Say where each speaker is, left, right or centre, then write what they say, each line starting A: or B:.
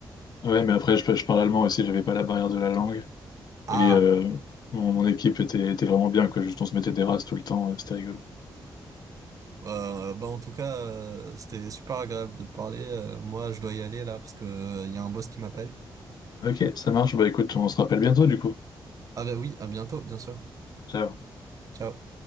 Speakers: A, on the left; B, on the right.
A: Ouais, mais après, je, je parle allemand aussi, j'avais pas la barrière de la langue.
B: Ah,
A: Et euh, mon, mon équipe était, était vraiment bien, quoi. Juste, on se mettait des races tout le temps, euh, c'était rigolo.
B: euh, bah en tout cas, euh, c'était super agréable de te parler. Euh, moi, je dois y aller là parce que euh, y a un boss qui m'appelle.
A: Ok, ça marche. Bah écoute, on se rappelle bientôt du coup.
B: Ah bah oui, à bientôt, bien sûr.
A: Ciao.
B: Ciao.